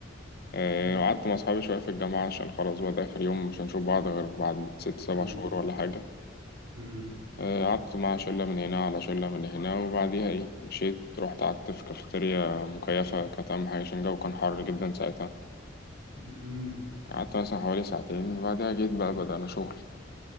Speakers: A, on the left; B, on the right.
A: آه
B: مم.
A: وقعدت مع أصحابي شوية في الجامعة عشان خلاص بقى ده آخر يوم مش هنشوف بعض غير بعد ست سبع
B: مم.
A: شهور ولا حاجة
B: مم.
A: آه قعدت مع شلة من هنا على شلة من هنا وبعديها إيه مشيت رحت قعدت في كافيتيريا مكيفة كانت أهم حاجة عشان الجو كان حر جدا ساعتها
B: مم.
A: قعدت مثلا حوالي ساعتين بعدها جيت بقى بدأنا شغل